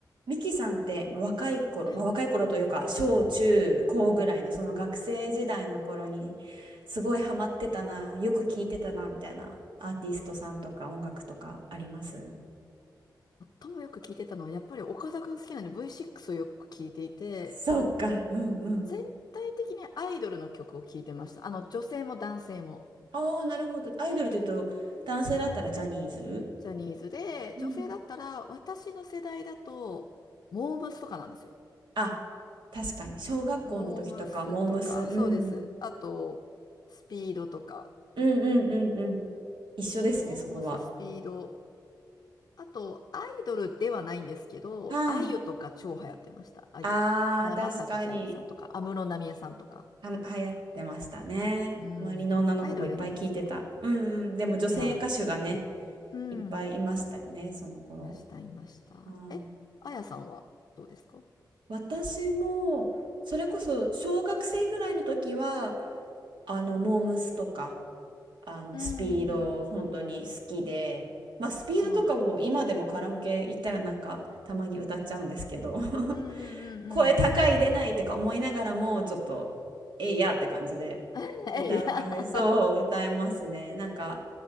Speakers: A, on the right; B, on the left.
A: ミキさんって若い頃、
B: はい。
A: まあ、若い頃というか小中高ぐらいのその学生時代の頃にすごいハマってたな、
B: うん
A: よく聴いてたなみたいなアーティストさんとか音楽とかあります
B: 最もよく聞いてたのは、やっぱり岡田くん好きなんで V6 をよく聞いていて、
A: そうか、うんうん。
B: 全体的にアイドルの曲を聞いてました。あの、女性も男性も。
A: ああ、なるほど。アイドルというと男性だったらジャニーズ
B: ジャニーズで、
A: うん
B: 女性だったら、私の世代だと、モームスとかなんですよ。
A: あ、確かに小学校の時とかモームス、
B: モームスとか、
A: うん、
B: そうです。あと、スピードとか、
A: うんうんうんうん。一緒ですね、
B: モームス、
A: そこは。
B: スピード。あと、アイドルではないんですけど、
A: はい。
B: あゆとか超流行ってました。あゆ。
A: ああ、
B: 浜崎あゆみさんとか、
A: 確かに。
B: 安室奈美恵さんとか。
A: は、流行ってましたね。
B: うん。
A: 周りの女の子もいっぱい聞いてた。
B: アイドルではないですけど。
A: うんうん。でも女性歌手がね、
B: はい。うん。
A: いっぱいいましたよね、その頃。
B: いました、いました。
A: あー
B: え、あやさんはどうですか
A: 私も、それこそ小学生ぐらいの時は、あの、モームスとか、あの、
B: うん。
A: スピード、本当に好きで、まあ、スピードとかも今でもカラオケ行ったらなんか、
B: はい。
A: たまに歌っちゃうんですけど。<laughs>
B: うんうんうんうん。
A: 声高い出ないとか思いながらもちょっとえいやって感じで
B: <laughs>
A: 歌う感じでそう歌えますねなんか
B: え、いや。